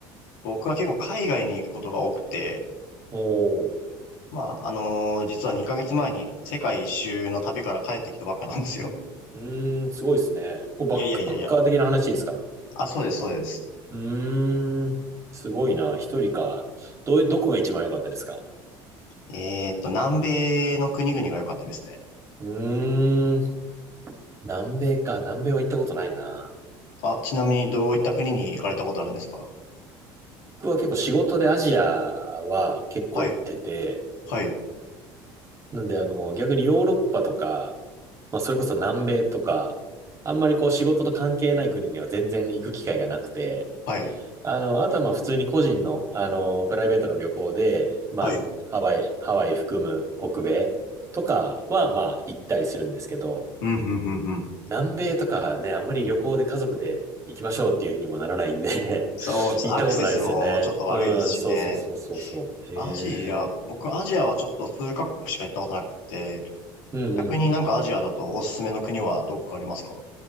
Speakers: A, on the left (about 80°); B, on the right (about 30°).
A: 僕は結構海外に行くことが多くて、
B: おう。
A: まあ、あのー実は2ヶ月前に世界一周の旅から帰ってきたばっかなんですよ。
B: うーん、すごいですね。
A: <laughs>
B: こうバックパッカー的な話ですか
A: いやいやいやいや。あ、そうです、そうです。
B: うーん、すごいな。一人か。どう、どこが一番良かったですか
A: えーっと、南米の国々が良かったですね。
B: うーん。南米か。南米は行ったことないな。
A: あ、ちなみにどういった国に行かれたことあるんですか
B: 僕は結構仕事でアジアは結構行ってて、
A: はい、はい、
B: なんであの、逆にヨーロッパとか、まあそれこそ南米とか、あんまりこう仕事と関係ない国には全然行く機会がなくて、
A: はい、
B: あの、あとはまあ普通に個人の、あの、プライベートの旅行で、まあハワイ、
A: はい。
B: ハワイ含む北米とかはまあ行ったりするんですけど、
A: うん、うん、うん、うん。
B: 南米とかね、あんまり旅行で家族で行きましょうっていうふうにもならないんで
A: そうです。
B: <laughs> 行ったことないですよね。
A: アクセスもちょっと悪いですしね。
B: うん、そうそうそうそうそう。
A: アジア、
B: えー、
A: 僕アジアはちょっと数カ国しか行ったことなくて、
B: うんうん。
A: 逆になんかアジアだとおすすめの国はどっかありますか